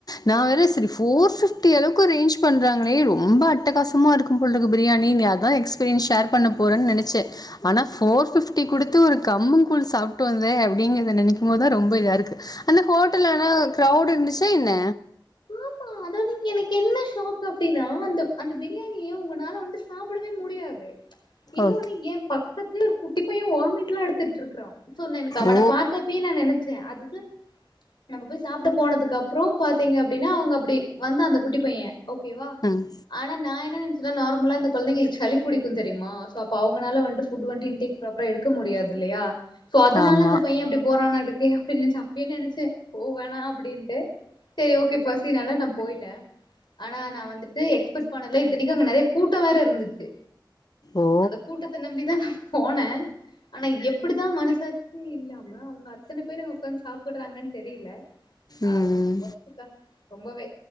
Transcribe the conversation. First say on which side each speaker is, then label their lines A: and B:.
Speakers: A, on the left; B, on the left.
A: நான
B: ஆ.
A: வேற செரி போர் பிப் இப்டி அளவுக்கு ரேஞ்ச் பண்றாங்களே ரொம்ப அட்டக்கசமா இருக்கும் போலறக்கு பிரியாணி அதான் எக்ஸ்பீரியன்ஸ் ஷேர் பண்ண போறேன்னு நினைச்சேன் ஆனா போர் பிப்டி குடுத்து ஒரு கம்மு கூழ் சாப்பட்டு வந்த அப்டிங்கறத நினைக்கும் போதுதான் ரொம்ப இதா இருக்கு அந்த ஹோட்டல்லன கிரௌட இருந்துச்சா என்ன
B: ஆமா அதாவது எனக்கு என்ன ஷாக் அப்டின்னா அந்த அந்த பிரியாணிய உங்கனால வந்துட்டு சாப்படவே முடியாது இன்னொ
A: ஓகே
B: நீ என் பக்கத்து குட்டி போய வாமிட்லாம் எடுத்துகட்டு இருக்கான் சொன்னேன் எனக்கு அவன
A: ஓ
B: பாத்தாப்ப நான நினைச்சேன் அதுதான் நம்ம போய் சாப்பிட போனதுக்கு அப்பறம் பாத்தீங்க அப்டின்னா அவங்க அப்டி வந்து அந்த குட்டி பையன் ஓகேவா
A: ம்
B: ஆனா நான என்ன நன் இல்ல நார்மலாக இந்த கொழந்தைங்களுக்கு சளி பிடிக்கும் தெரியுமா ஸோ அப்போ அவனால் வந்துட்டு ஃபுட் வட்டு இன்டே ப்ராகடுக்க முடியாது இல்லயா சோ அதனால
A: ஆமா
B: அந்த பையன் அப்டி போறான்னாட்டுக்குப்பின்னு நினச்சு அப்பைய நினைச்சன் போகணா அப்டின்ட்டு தெரிய பசினால நான போயிட்டேன் ஆனா நான வந்துட்டு எக்ஸ்பெக்ட் பண்ணல இத்தனைக்கும் அங்க நெறைய கூட்டம் வேற இருந்துச்சு
A: ஓ
B: அந்த கூட்டத்தை நம்பிதான் போனேன் ஆனா எப்டிதான் மனசாட்சி இல்லாம அவங்க அத்தனை பேரும் அங்க உட்க்காந்து சாப்படுறாங்கன்னு தெரியல
A: ம்
B: ஆஹ்ஸக்கா ரொம்பவே